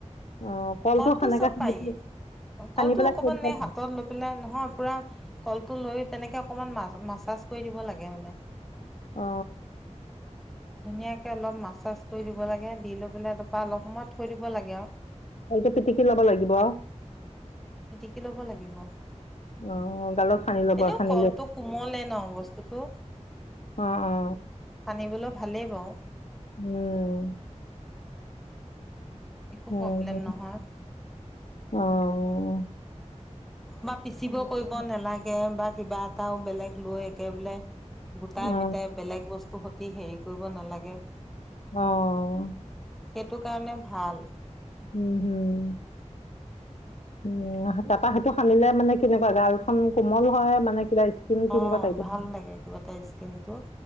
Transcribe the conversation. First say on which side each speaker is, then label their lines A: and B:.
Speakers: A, on the left; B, in the centre.
A: অ
B: কলটো
A: সেনেকে
B: চব
A: সানি
B: পায়েই
A: পেলাই-
B: কলটো
A: সানি পেলাই
B: অকমান
A: থৈ দিব লাগে
B: এই হাতত লৈ পেলাই নহয় পুৰা। কলটো লৈ তেনেকে অকমান মা মাছাজ কৰি দিব লাগে মানে।
A: অ।
B: ধুনীয়াকে অলপ মাছ চ কৰি দিব লাগে দি লৈ পেলাই তাৰপা অলপ সময়ত থৈ দিব লাগে আৰু
A: আৰুটো পিটিকি লব লাগিব।
B: কি কি ল'ব লাগিব।
A: অ গালত সানি লব
B: এনেও
A: সানিলে
B: কলটো কোমলে ন বস্তুটো
A: অ, অ।
B: সানিবলৈ ভালেই পাওঁ।
A: উম।
B: একো
A: উ,
B: প্ৰব্লেম নহয়।
A: অহ।
B: বা পিচিব কৰিব নালাগে বা কিবা টাও বেলেগ লৈ একে বোলে গোটাই
A: অ
B: পিটাই বেলেগ বস্তু স অ, হেৰি কৰিব নালাগে।
A: আহ
B: সেইটো কাৰণে ভাল
A: উম হম উম তাৰাপা সেইটো সানিলে মানে কেনেকুৱা গালখন কোমল হয় মানে কিবা স্কিন কেনেকুৱা
B: অ
A: টাইপৰ
B: ভাল লাগে কিবা এটা স্কিনটো